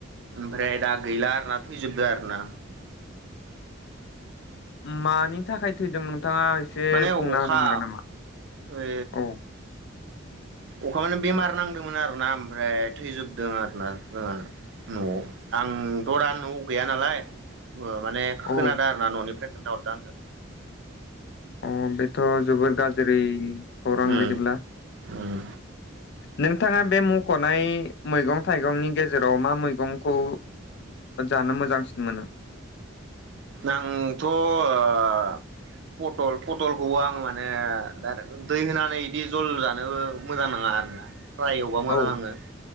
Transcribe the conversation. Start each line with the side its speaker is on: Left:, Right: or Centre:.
Right: ओमफ्राय दा गैला आरोना थैजोबदो आरो ना
Left: मानि थाखाय थैदों नों नोंथाङा एसे
Right: माने
Left: बुंना
Right: अखा
Left: होनो हागोन नामा
Right: ओ
Left: औ
Right: अखा मानि बेमार नांदोंमोन आरोना ओमफ्राय थैजोबदों आरोना जोंहाना ओ न'आव आं दा न'आव गैया नालाय माने खोनादों
Left: औ
Right: आरो ना न'निफ्राय खोनथा हरदों आंनो
Left: अ बे थ' जोबोर गाज्रि खौरां
Right: उम
Left: बिदिब्ला
Right: उम
Left: नोंथाङा बे मख'नाय मैगं थाइगंनि गेजे जेराव मा मैगं खौ जानो मोजांसिन मोनो
Right: आंथ' अ-आ पटल प पटलखौ आं माने दा दै होनानै इदि जल जानोबो मोजां नाङा आरो ना फ्राय एवबा मोजां
Left: औ
Right: नाङो